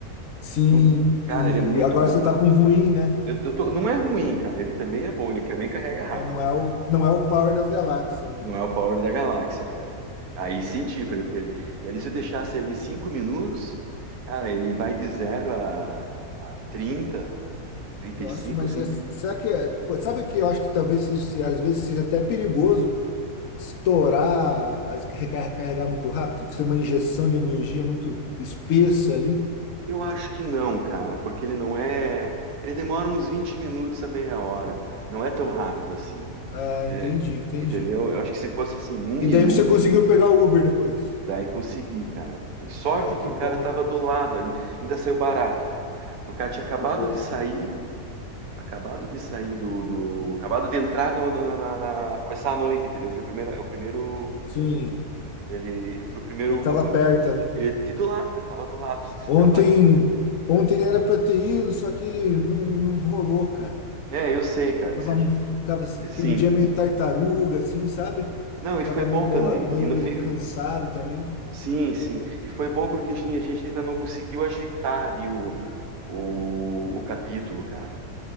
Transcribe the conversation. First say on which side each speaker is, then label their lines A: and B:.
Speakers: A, on the left; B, on the right.
A: Sim,
B: Então, cara,
A: e
B: ele é muito
A: agora
B: bom.
A: você tá com ruim, né?
B: Eu, eu tô, não é ruim, cara. Ele também é bom. Ele também carrega rápido,
A: Mas não é
B: cara.
A: o, não é o Power das Galáxias, né?
B: Não é o Power da Galáxia, cara. Aí senti, falei, porque ele, e ali se eu deixasse ali 5 minutos, cara, ele vai de zero a, a trinta trinta
A: Nossa,
B: e cinco
A: mas
B: assim,
A: é, será que é, pô, sabe que eu acho que talvez seja, às vezes seja até perigoso estourar, as- recarregar carregar muito rápido, ser uma injeção de energia muito espessa ali.
B: Eu acho que não, cara, porque ele não é. Ele demora uns 20 minutos a meia hora. Não é tão rápido assim.
A: Ah,
B: É,
A: entendi, entendi.
B: entendeu? Eu acho que se fosse assim, um
A: E
B: minuto,
A: daí você conseguiu pegar o Uber depois.
B: daí consegui, cara. E sorte
A: Ah,
B: que
A: que
B: o cara
A: bom,
B: tava do lado ali. Ainda saiu barato, cara. O cara tinha acabado
A: que bom,
B: de sair,
A: que bom.
B: acabado de sair do. do- acabado de entrar no, no- na, na- na- Começar a noite, entendeu? Foi o primeiro. O primeiro
A: Sim,
B: ele foi o primeiro.
A: ele tava perto
B: Ele e do lado, ele tava do lado. Assim,
A: Ontem,
B: já bateu.
A: ontem era pra ter ido, só que não, não rolou, cara.
B: É, eu sei, cara,
A: Tava,
B: que você.
A: um- tava aquele
B: Sim,
A: dia meio tartaruga, assim, sabe?
B: Não,
A: Eu
B: e
A: tava
B: foi bom
A: meio bola,
B: também.
A: meio
B: E no fim,
A: cansado também.
B: sim, sim. E foi bom porque a gente ainda não conseguiu ajeitar ali o, o, o capítulo, cara.